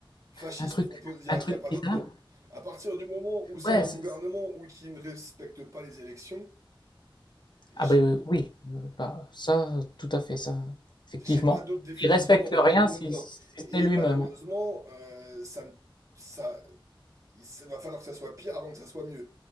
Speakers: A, on the right; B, on the left.
A: Fasciste,
B: Un truc,
A: on peut, il n'y a,
B: un truc
A: y a pas d'autre
B: bizarre.
A: mot. À partir du moment où c'est
B: Ouais,
A: un
B: c'est-
A: gouvernement ou qui ne respecte pas les élections, j'ai
B: ah ben euh, oui, euh, bah, ça, tout à fait, ça, effectivement.
A: j'ai pas d'autre définition
B: Il respecte
A: à mon
B: rien
A: avis
B: si,
A: là-dedans.
B: si ce
A: Et
B: n'est lui-même.
A: malheureusement, euh, ça, ne- ça, il s- va falloir que ça soit pire avant que ça soit mieux.